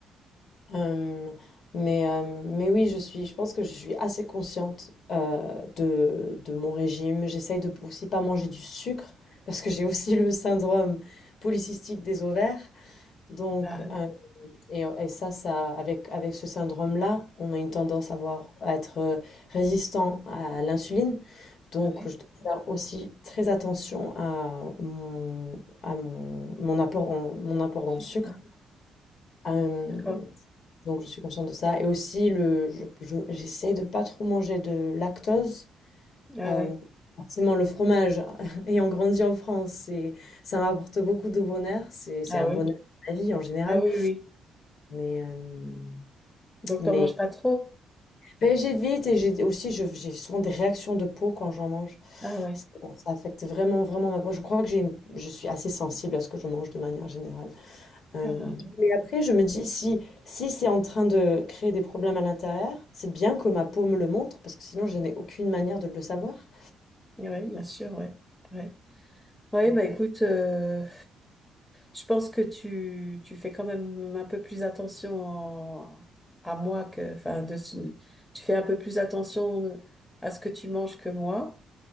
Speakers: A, on the left (about 65°); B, on the left (about 15°).
A: Euh, mais, euh, mais oui, je suis, je pense que je suis assez consciente euh, de, de mon régime. J'essaye de aussi pas manger du sucre parce que j'ai aussi le syndrome polycystique des ovaires. Donc,
B: Ah ouais,
A: euh, et, et ça, ça, avec, avec ce syndrome-là, on a une tendance à, avoir, à être euh, résistant à l'insuline. Donc,
B: ah ouais.
A: je dois faire aussi très attention à mon, à mon, mon apport en, mon apport
B: Sucre,
A: en sucre.
B: ouais.
A: Euh,
B: D'accord.
A: donc je suis consciente de ça. Et aussi, le, je, je- j'essaye de pas trop manger de lactose.
B: Ah
A: Euh,
B: ouais.
A: forcément, le fromage, <laughs> ayant grandi en France, c'est, ça m'apporte beaucoup de bonheur. C'est, c'est
B: Ah
A: un
B: oui.
A: bonheur de la vie en général.
B: Ah oui, oui.
A: Mais, euh,
B: Donc,
A: mais
B: t'en manges pas trop?
A: ben, j'évite et j'ai aussi, je- j'ai souvent des réactions de peau quand j'en mange.
B: Ah ouais.
A: Ça affecte vraiment, vraiment ma peau. Je crois que j'ai une- je suis assez sensible à ce que je mange de manière générale. Euh,
B: Ah
A: mais après, je me dis, si, si c'est en train de créer des problèmes à l'intérieur, c'est bien que ma peau me le montre, parce que sinon, je n'ai aucune manière de le savoir.
B: ouais. Ouais, bien sûr, ouais. Ouais. Ouais,
A: Mais
B: bah
A: bon,
B: écoute. euh, Je pense que tu, tu fais quand même un peu plus attention en- à moi que, enfin, de, ce- tu fais un peu plus attention à ce que tu manges que moi.